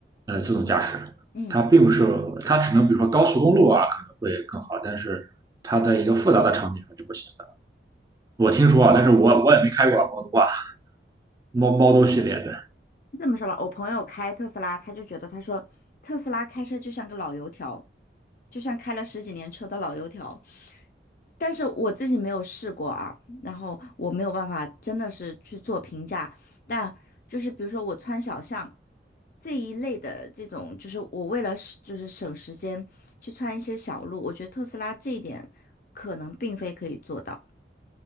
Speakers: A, on the right (about 20°); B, on the left (about 50°).
A: 呃自动驾驶，
B: 嗯，
A: 它并不是，它只能比如说高速公路啊可能会更好，但是它在一个复杂的场景上就不行。我听说啊，但是我我也没开过啊猫奴啊，猫猫奴系列的。
B: 这么说吧，我朋友开特斯拉，他就觉得他说特斯拉开车就像个老油条，就像开了十几年车的老油条。但是我自己没有试过啊，然后我没有办法真的是去做评价，但就是比如说我穿小巷这一类的这种，就是我为了省就是省时间去穿一些小路，我觉得特斯拉这一点可能并非可以做到，